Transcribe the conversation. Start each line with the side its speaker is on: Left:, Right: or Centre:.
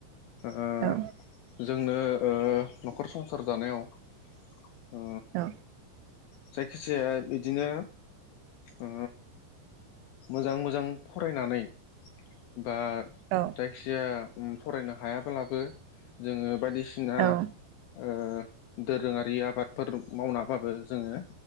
Left: ओ
Right: औ
Left: जोंनो ओ न'खर संसार जानायाव ओ
Right: औ
Left: जायखिजाया बिदिनो ओ मोजां मोजां फरायनानै बा
Right: औ
Left: जायखिजाया उम फरायनो हायाब्लाबो जोङो बायदिसिना
Right: औ
Left: ओ दोरोङारि आबादफोर मावनाबाबो जोङो